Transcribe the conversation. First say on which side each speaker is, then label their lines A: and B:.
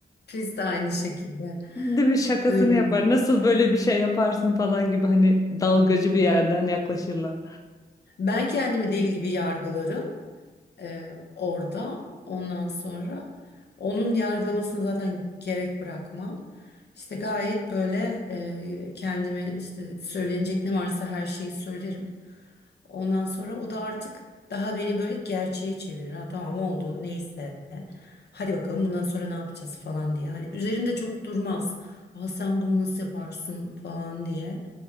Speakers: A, on the left; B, on the left.
A: biz de aynı şekilde.
B: Değil mi? Şakasını
A: Öyle
B: yapar. Nasıl böyle bir şey yaparsın falan gibi hani dalgacı bir yerden yaklaşırlar.
A: Ben kendimi deli gibi yargılarım e, orada. Ondan sonra onun yargılamasını zaten gerek bırakmam. İşte gayet böyle e, kendimi işte söylenecek ne varsa her şeyi söylerim. Ondan sonra o da artık daha beni böyle gerçeğe çevirir. Ha tamam oldu neyse. Hadi bakalım bundan sonra ne yapacağız falan diye. Hani üzerinde çok durmaz. Aa sen bunu nasıl yaparsın falan diye.